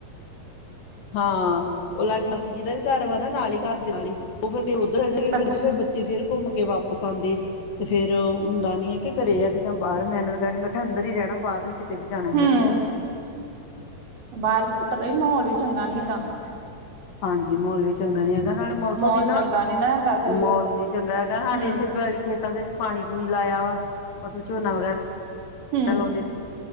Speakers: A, on the left; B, on the right.
A: ਹਾਂ ਉਹ ਲਗ ਮਸੀ ਜਿ ਦਾ ਵੀ ਘਰ ਵ ਨਾ ਨਾਲ ਹੀ ਘਰ ਦੇ ਨਾਲ ਹੀ <unintelligible> ਫਿਰ ਉੱਧਰ ਜਾ ਕੇ ਫਿਰ
B: ਅੱਛਾ
A: ਫੇ ਬੱਚੇ ਫਿਰ ਘੁੰਮ ਕੇ ਵਾਪ ਪਸੰਦ ਏ ਤੇ ਫਿਰ ਹੁੰਦਾ ਨੀ ਐ ਕੀ ਘਰੇ ਜਾਂ ਕੇ ਜਾਂ ਬਾਰ ਮੈਂਨਰ ਕਢ ਮੈਂ ਖਾ ਅੰਦਰ ਈ ਰੈਨਾ ਬਾਹਰ ਨੀ ਕੀ ਤੇ ਵੀ ਜਾਣਾ
B: ਹਮ
A: ਹੈਗਾ।
B: ਬਾਹਰ ਪਤਾ ਹੀ ਮਾਹੌਲ ਵੀ <unintelligible>
A: ਹਾਂਜੀ ਮਾਹੌਲ ਵੀ ਚੰਗਾ ਨੀ ਹੈਗਾ ਨਾਲੇ ਮੌਸਮ
B: ਮਾਹੌਲ
A: ਵੀ ਨਾ
B: ਚੰਗਾ ਨੀ ਹੈਗਾ ਤੇ
A: ਮਾਹੌਲ ਨੀ ਚੰਗਾ ਹੈਗਾ ਹਾਡੇ
B: ਹਮ
A: ਇੱਥੇ ਪੈਲੀ ਖੇਤਾਂ ਦੇ ਚ ਪਾਣੀ ਗੁਣੀ ਲਾਇਆ ਵਾ ਮਤਲਬ ਝੋਨਾ ਵਗੈਰਾ
B: ਹਮ
A: ਲੌਦੇ